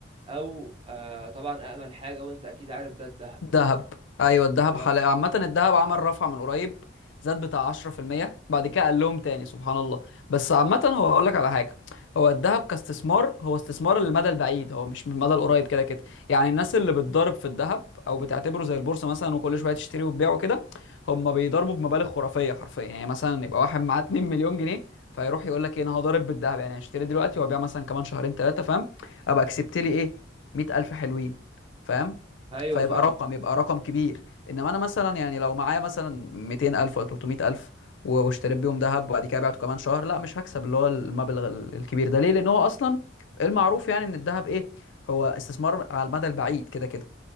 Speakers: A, on the right; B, on the left.
A: او آه، طبعا امن حاجه وانت اكيد عارف ده الذهب
B: دهب ايوه
A: بالظبط
B: الدهب حلقة عامة الدهب عمل رفع من قريب زاد بتاع 10% بعد كده قال لهم تاني سبحان الله بس عامة هو هقول لك على حاجة هو الدهب كاستثمار هو استثمار للمدى البعيد هو مش من المدى القريب كده كده يعني الناس اللي بتضارب في الدهب او بتعتبره زي البورصة مثلا وكل شوية تشتري وتبيع وكده هم بيضربوا بمبالغ خرافية حرفيا يعني مثلا يبقى واحد معاه 2 مليون جنيه فيروح يقول لك ايه انا هضارب بالدهب يعني هشتري دلوقتي وابيع مثلا كمان شهرين ثلاثة فاهم ابقى كسبت لي ايه 100000 حلوين فاهم
A: ايوه
B: فيبقى
A: فاهمك
B: رقم يبقى رقم كبير انما انا مثلا يعني لو معايا مثلا 200000 ولا 300000 و- واشتريت بيهم ذهب وبعد كده بعته كمان شهر لا مش هكسب اللي هو المبلغ ال- الكبير ده ليه لان هو اصلا المعروف يعني ان الذهب ايه هو استثمار على المدى البعيد كده كده